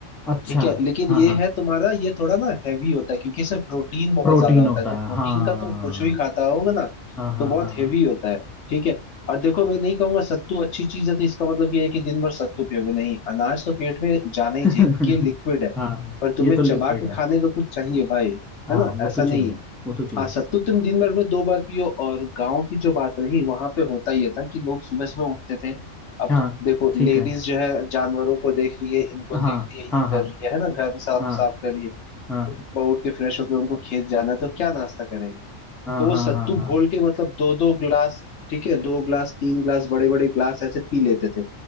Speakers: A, in the centre; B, on the left (about 65°).
A: अच्छा
B: ठीक है लेकिन
A: हाँ
B: ये
A: हाँ
B: है तुम्हारा ये थोड़ा ना हैवी होता है क्योंकि इसमें प्रोटीन बहुत
A: प्रोटीन
B: ज्यादा होता
A: होता
B: है तो
A: है
B: प्रोटीन
A: हाँ
B: का तुम कुछ भी खाता होगा ना
A: हाँ हाँ
B: तो बहुत
A: हाँ
B: हैवी होता है ठीक है और देखो मैं नहीं कहूंगा सत्तू अच्छी चीज है तो इसका मतलब ये है कि दिन भर सत्तू पियोगे नहीं अनाज तो पेट में जाना ही
A: हाँ
B: चाहिए क्योंकि ये लिक्विड
A: <laughs>
B: है
A: हाँ
B: पर तुम्हें
A: ये तो
B: चबा
A: लिक्विड
B: के
A: है
B: खाने का कुछ चाहिए भाई
A: हाँ
B: है ना
A: वो
B: ऐसा
A: तो चाहिए
B: नहीं है
A: वो तो चाहिए
B: हाँ सत्तू तुम दिन भर में दो बार पियो और गांव की जो बात रही वहां पे होता ये था कि लोग सुबह सुबह उठते थे अब
A: हाँ
B: देखो
A: ठीक
B: लेडीज
A: है
B: जो है जानवरों को देख रही है इनको
A: हाँ
B: देख रही है ये
A: हाँ हाँ
B: कर रही है है ना घर साफ
A: हाँ
B: साफ कर रही है
A: हाँ
B: सुबह उठ के फ्रेश होकर उनको खेत जाना है तो क्या नाश्ता करेंगे
A: हाँ
B: तो वो
A: हाँ
B: सत्तू
A: हाँ हाँ
B: घोल के मतलब दो दो ग्लास ठीक है दो ग्लास तीन ग्लास बड़े बड़े ग्लास ऐसे पी लेते थे